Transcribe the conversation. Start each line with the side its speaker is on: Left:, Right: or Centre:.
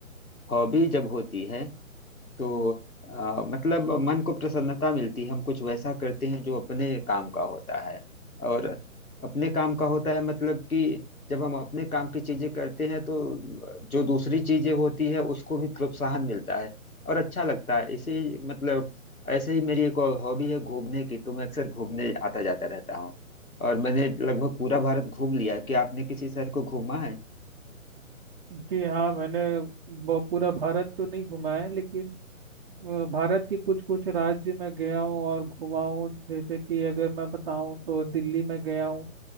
Left: हॉबी जब होती है तो अ, मतलब मन को प्रसन्नता मिलती है हम कुछ वैसा करते हैं जो अपने काम का होता है और अपने काम का होता है मतलब कि जब हम अपने काम की चीजें करते हैं तो अ, जो दूसरी चीजें होती है उसको भी प्रोत्साहन मिलता है और अच्छा लगता है इसी मतलब ऐसे ही मेरी एक और हॉबी है घूमने की तो मैं अक्सर घूमने आता जाता रहता हूँ और मैंने लगभग पूरा भारत घूम लिया है। क्या आपने किसी शहर को घूमा है
Right: जी हाँ मैंने ब- पूरा भारत तो नहीं घुमा है लेकिन अ, भारत के कुछ कुछ राज्य में गया हूँ और घुमा हूँ जैसे कि अगर मैं बताऊँ तो दिल्ली में गया हूँ